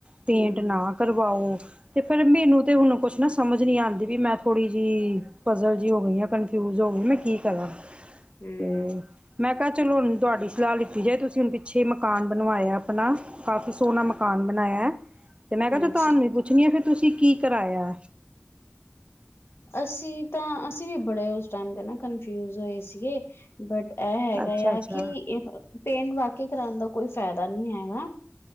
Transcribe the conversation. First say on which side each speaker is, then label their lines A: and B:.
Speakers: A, on the right; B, on the left.
A: ਪੇਂਟ
B: ਹਮ
A: ਨਾ ਕਰਵਾਓ। ਤੇ ਫੇਰ ਮੈਨੂੰ ਤੇ ਹੁਣ ਕੁਛ ਨਾ ਸਮਝ ਨੀਂ ਆਂਦੀ ਵੀ ਮੈਂ ਥੋੜ੍ਹੀ ਜਿਹੀ ਪਜ਼ਲ ਜਿਹੀ ਹੋ ਗਈ ਆ ਕਨ ਫਿਊਜ਼ ਹੋ ਗਈਂ ਮੈਂ ਕੀ ਕਰਾਂ।
B: ਹੂੰ।
A: ਹੂੰ, ਮੈਂ ਕਿਹਾਂ ਚਲੋ ਹੁਣ ਤੁਹਾਡੀ ਸਲਾਹ ਲਿੱਤੀ ਜਾਏਂ ਤੁਸੀਂ ਹੁਣ ਪਿੱਛੇ ਮਕਾਨ ਬਣਵਾਇਆ ਆਪਣਾ। ਕਾਫ਼ੀ ਸੋਹਣਾਂ ਮਕਾਨ ਬਣਾਇਆਂ ਹੈ ਤੇ ਮੈਂ
B: ਹਾਂਜੀ
A: ਕਿਹਾਂ ਚਲ ਤੁਹਾਨੂੰ ਪੁੱਛਣੀ ਆਂ ਤੁਸੀਂ ਕੀ ਕਰਾਇਆ?
B: ਅਸੀਂ ਤਾਂ ਅਸੀਂ ਵੀ ਬੜੇ ਉਸ ਟਾਈਮ ਤੇ ਨਾ ਕੰਨਫਿਊਜ ਹੋਏ ਸੀਗੇ। ਬਟ ਇਹ ਹੈਗਾ
A: ਅੱਛਾ ਅੱਛਾ
B: ਆ ਕਿ ਪੇਂਟ ਵਾਕਿਆ ਕਰਾਂਣਾਂ ਦਾ ਕੋਈ ਫ਼ਾਇਦਾ ਨਹੀਂ ਹੈਗਾ।